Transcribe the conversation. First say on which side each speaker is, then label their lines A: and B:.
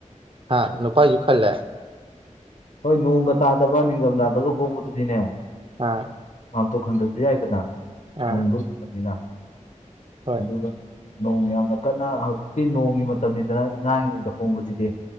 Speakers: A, on the right; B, on the left.
A: ꯍꯥ ꯅꯄꯥꯢꯖꯨ ꯈꯜꯂꯦ
B: ꯍꯣꯏ ꯅꯣꯡꯒ ꯇꯥꯗꯕ ꯅꯤꯡꯙꯝꯙꯥꯗꯒ ꯍꯣꯡꯕꯗꯨꯗꯤꯅꯦ
A: ꯑꯥ
B: ꯃꯥꯝꯇꯣꯞ ꯈꯟꯗ꯭ꯔꯁꯨ ꯌꯥꯏꯗꯅ
A: ꯑꯥ
B: ꯅꯣꯡꯗꯣ ꯆꯨꯗꯕꯅꯤꯅ
A: ꯍꯣꯏ
B: ꯑꯗꯨꯒ ꯅꯣꯡ ꯌꯥꯝꯅ ꯀꯟꯅ ꯍꯧꯖꯤꯛꯇꯤ ꯅꯣꯡꯒꯤ ꯃꯇꯝꯅꯤꯗꯅ ꯏꯉꯥ ꯢꯉꯦꯟꯗ ꯍꯣꯡꯕꯁꯤꯗꯤ